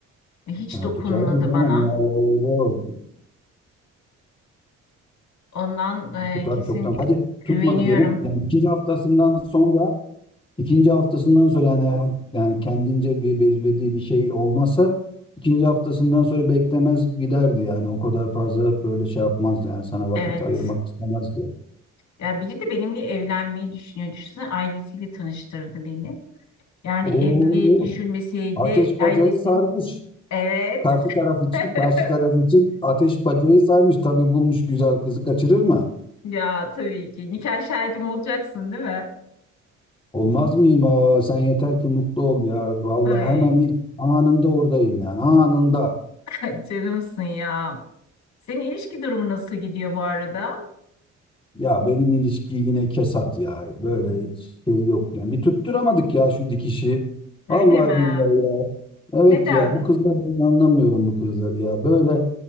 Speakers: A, on the left; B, on the left.
A: E, Hiç
B: Ha,
A: dokunmadı
B: tutar bir canım
A: bana.
B: ya Allah.
A: Ondan e,
B: Tutar
A: kesin
B: çoktan. Hadi tutmadı
A: güveniyorum.
B: diyelim. Yani ikinci haftasından sonra ikinci haftasından sonra yani, yani kendince bir belirlediği bir şey olmasa ikinci haftasından sonra beklemez giderdi yani o kadar fazla böyle şey yapmazdı yani sana vakit
A: Evet.
B: ayırmak istemezdi.
A: Ya biri de benimle evlenmeyi düşünüyor. Düşünsene ailesiyle tanıştırdı beni. Yani
B: Oo,
A: evliliği düşünmeseydi
B: ateş
A: ailesi.
B: bacayı sarmış.
A: Evet.
B: Karşı taraf için,
A: <laughs>
B: karşı taraf için ateş bacayı sarmış. Tabii bulmuş güzel kızı kaçırır mı?
A: Ya tabii ki. Nikah şahidim olacaksın değil mi?
B: Olmaz mıyım? Aa, sen yeter ki mutlu ol ya. Vallahi
A: Ay
B: hemen ilk anında oradayım yani. Anında.
A: <laughs> canımsın ya. Senin ilişki durumu nasıl gidiyor bu arada?
B: Ya benim ilişki yine kesat ya. Böyle şey yok. Yani bir tutturamadık ya şu dikişi.
A: Öyle
B: Vallahi
A: mi?
B: billahi ya. Evet
A: Neden?
B: ya bu kızlar ben anlamıyorum bu kızları ya. Böyle